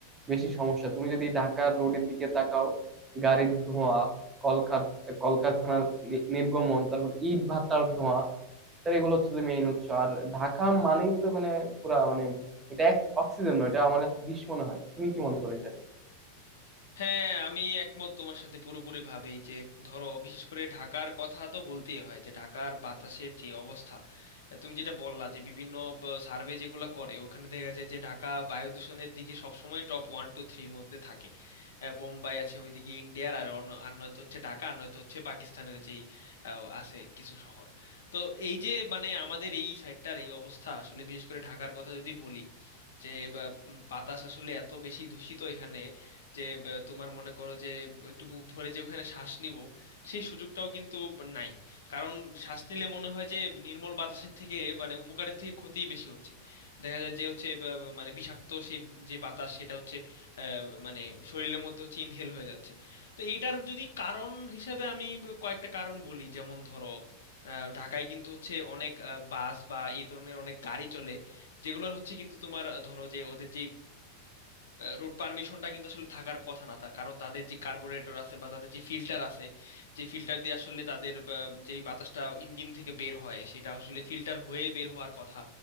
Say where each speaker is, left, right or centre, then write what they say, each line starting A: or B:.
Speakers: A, on the right; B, on the left.
A: বেশি সমস্যা তুমি যদি ঢাকার রোডের দিকে তাকাও গাড়ির ধোঁয়া কলকার কলকারখানার নি- নির্গমন তারপর ইট ভাটার ধোঁয়া তাহলে এগুলো হচ্ছে মেইন উৎস আর ঢাকা মানেই তো এখানে পুরা মানে এটা এক অক্সিজেন নয় এটা আমার কাছে বিষ মনে হয় তুমি কি মনে করো এটা নিয়ে
B: হ্যাঁ আমি একমত তোমার সাথে পুরোপুরি ভাবেই যে ধরো বিশেষ করে ঢাকার কথা তো বলতেই হয় যে ঢাকার বাতাসের যে অবস্থা আহ, তুমি যেটা বললা যে বিভিন্ন সার্ভে যেগুলো করে ওখানে দেখা যায় যে ঢাকা বায়ু দূষণের দিকে সবসময় টপ ওয়ান টু থ্রির মধ্যে থাকে আহ, বোম্বাই আছে ওইদিকে ইন্ডিয়ার আর অন্য আর নয়তো হচ্ছে ঢাকা আর নয়তো হচ্ছে পাকিস্তানের যেই আহ, আছে কিছু শহর তো এই যে মানে আমাদের এই সাইডটার এই অবস্থা আসলে বিশেষ করে ঢাকার কথা যদি বলি যে বা, উম, বাতাস আসলে এত বেশি দূষিত এখানে যে বা, তোমার মনে করো যে একটু বুক ভরে যে ওখানে শ্বাস নিব সেই সুযোগটাও কিন্তু নাই কারণ শ্বাস নিলে মনে হয় যে নির্মল বাতাসের থেকে মানে উপকারের থেকে ক্ষতিই বেশি হচ্ছে দেখা যায় যে হচ্ছে বা, বা, মানে বিষাক্ত সেই যে বাতাস সেটা হচ্ছে আহ, মানে শরীরের মধ্যে হচ্ছে ইনহেল হয়ে যাচ্ছে তো এটার যদি কারণ হিসাবে আমি কয়েকটা কারণ বলি যেমন ধরো আহ, ঢাকায় কিন্তু হচ্ছে অনেক আহ, বাস বা এই ধরনের অনেক গাড়ি চলে যেগুলোর হচ্ছে কিন্তু তোমার আহ, ধরো যে ওদের যে রুট পারমিশনটা কিন্তু আসলে থাকার কথা না তা কারণ তাদের যে কার্বুরেটর আছে বা তাদের যে ফিল্টার আছে যে ফিল্টার দিয়ে আসলে তাদের আহ, যেই বাতাসটা ইঞ্জিন থেকে বের হয় সেটা আসলে ফিল্টার হয়ে বের হওয়ার কথা